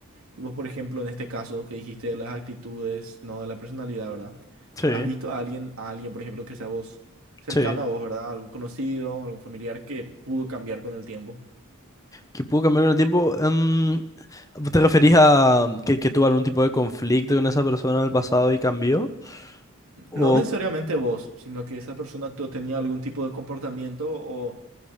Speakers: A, on the right; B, on the left.
A: Y vos, por ejemplo, en este caso que dijiste de las actitudes, no de la personalidad, ¿verdad?
B: Sí,
A: ¿Has visto a alguien, a alguien, por ejemplo, que sea vos cercano
B: sí.
A: a vos, ¿verdad? Algún conocido, algún familiar que pudo cambiar con el tiempo.
B: Que pudo cambiar en el tiempo. em, ¿te referís a que, que tuvo algún tipo de conflicto con esa persona en el pasado y cambió? O
A: No necesariamente vos, sino que esa persona tú tenía algún tipo de comportamiento o,